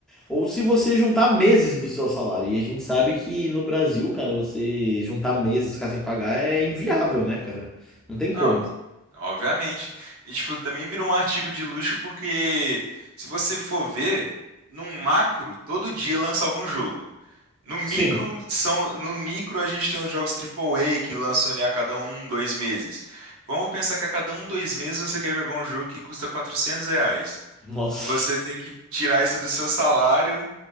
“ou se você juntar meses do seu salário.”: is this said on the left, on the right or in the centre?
Centre